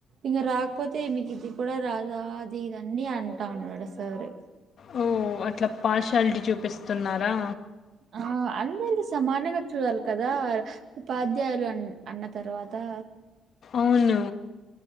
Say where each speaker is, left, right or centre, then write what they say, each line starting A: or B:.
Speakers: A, on the right; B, on the left.
A: ఇంగ రాకపోతే ఇది కూడా రాదా అది ఇదన్నీ అంటాన్నడు సారు
B: ఓ అట్లా పార్షాలిటీ చూపిస్తున్నారా
A: ఆ అందరికి సమానంగా చూడాలి కదా ఉపాధ్యాయులు అ అన్న తర్వ తా
B: అవును